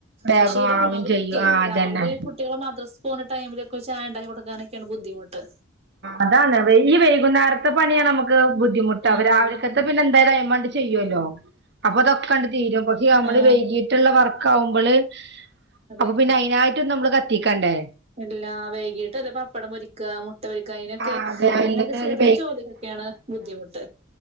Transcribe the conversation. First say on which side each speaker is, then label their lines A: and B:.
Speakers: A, on the right; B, on the right.
A: വേഗം
B: പക്ഷെ ഈ രാവിലെക്കെ
A: ആകും ചെയ്യും ആഹ് അതന്നെ
B: രാവിലെ കു ട്ട്യേള് മദ്രസ് പോണെ ടൈമ് ലൊക്കെ ചായണ്ടാക്കി കൊടുക്കാനൊക്കെയാണ് ബുദ്ധിമുട്ട്
A: അതാണ് വൈ ഈ വൈകുന്നേര ത്തെ പണിയാണമക്ക് ബുദ്ധിമുട്ട്.
B: ആഹ്
A: അവ രാവിൽക്കത്തെ പിന്നെന്തായാലും അയ്മാണ്ട് ചെയ്യല്ലോ. അപ്പൊ തൊക്കെണ്ട് തീരും പക്ഷെ നമ്മള്
B: ആഹ്
A: വൈകിട്ടുള്ള വർക്ക് ആകുമ്പോള്.
B: അതെ
A: അപ്പൊ പിന്നെ അതിനയി റ്റ് നമ്മള് കത്തിക്കണ്ടേ?
B: എല്ലാ വേകീട്ട് വല്ല പപ്പടം പൊരിക്ക മു ട്ട പൊരിക്ക അയിനൊക്കെ
A: ആഹ് അതെ അല്ലെങ്കി
B: അങ്ങൻത്തെ ചെറിയ
A: ഒരു
B: ജോലികൊക്കെയാണ് ബുദ്ധിമുട്ട്.